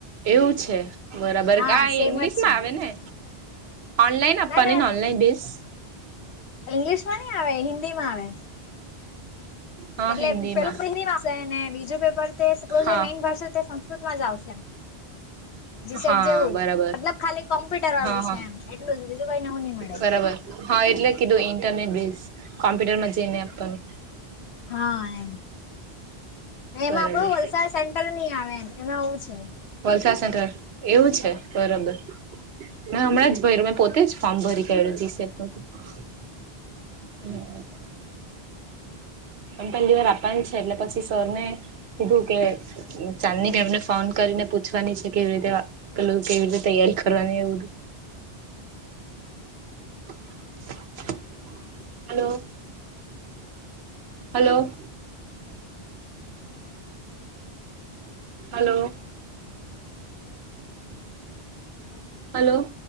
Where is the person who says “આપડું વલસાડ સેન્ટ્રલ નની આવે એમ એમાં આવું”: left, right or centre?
Left